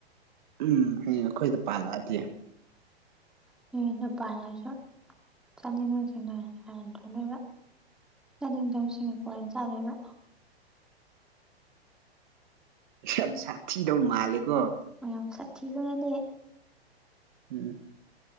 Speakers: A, on the right; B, in the centre.
A: ꯎꯝ ꯍꯌꯦꯡ ꯑꯩꯈꯣꯏꯗ ꯄꯥꯜꯂꯛꯑꯗꯤ
B: ꯅꯣꯏ꫰ꯌꯨꯝꯗ ꯄꯟꯂꯀꯁꯨ ꯆꯥꯅꯤꯡ ꯕꯥ ꯁꯤꯡꯅ ꯍꯟꯅꯥ ꯊꯣꯡ ꯗꯣꯏꯕ ꯆꯥꯅꯤꯡꯗꯕꯁꯤꯡ ꯅꯥ ꯀꯣꯟꯅꯥ ꯆꯥꯗꯣꯏꯕ
A: ꯌꯥꯝ ꯁꯥꯊꯤꯗꯧ ꯃꯥꯜꯂꯦꯀꯣ
B: ꯑꯣ ꯌꯥꯝ ꯁꯥꯊꯤꯒꯅꯗꯦ
A: ꯎꯝ